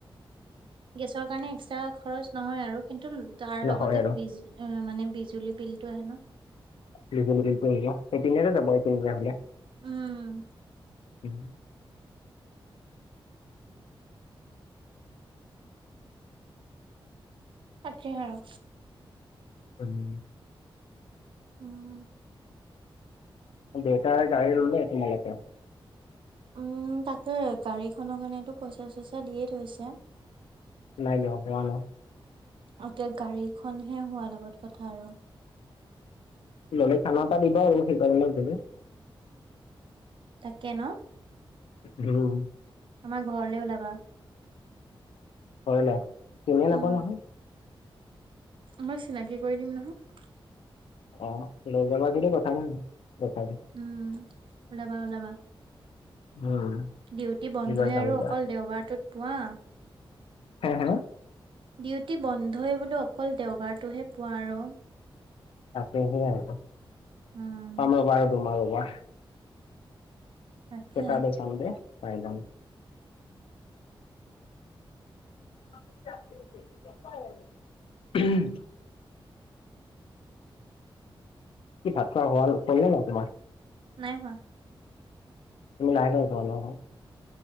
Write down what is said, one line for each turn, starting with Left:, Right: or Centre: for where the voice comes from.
Right: গেছৰ কাৰণে এক্সট্ৰা খৰচ নহয় আৰু কিন্তু তাৰ
Left: নহয়
Right: লগতে
Left: আৰু
Right: বিজ মানে বিজুলী বিলটো আহে ন
Left: সেইখিনিকে একৰি নিদিঅ এপিনেৰে যাব এটো বেয়া হলে
Right: উম
Left: উম
Right: তাকেহে আও
Left: উম
Right: উম
Left: দেউতা গাডী ল'লে তোমালোকে
Right: উম তাকে গাড়ীখনৰ কাৰণটো পইচা চইচা দিয়ে থৈছে।
Left: নাই লোৱা নাই লোৱা
Right: এতিয়া গাড়ীখনহে হোৱাৰ লগত কথা আৰু
Left: ল'লে খানা এটা দিবা আৰু সেইকাৰণে শুধিলো।
Right: তাকে ন
Left: <unintelligible>
Right: আমাৰ ঘৰলে ওলাবা।
Left: কৰিলে তুমি
Right: উম
Left: নাপালা নহয়।
Right: মই চিনাকি কৰি দিম নহয়।
Left: অ লৈ যাব দিলে কথা নাই। তথাপি
Right: উম ওলাবা ওলাবা।
Left: উম,
Right: ডিউটি বন্ধই
Left: এইবাৰ যাম
Right: আৰু
Left: যা।
Right: অকল দেওবাৰটোত পোৱা।
Left: হে হে
Right: ডিউটি বন্ধই বোলো অকল দেওবাৰটোহে পোৱা আৰু।
Left: তাতে সেয়াই আৰু
Right: উম
Left: পাম ৰবা তোমাৰ ৰবা
Right: তাকে
Left: সেটা দে চাম যে পাই লাম <unintelligible> কি ভাত খোৱা হোৱাৰ কৰিলা নাই তোমাৰ।
Right: নাই হোৱা।
Left: তুমি লাহেকে উঠোৱা ন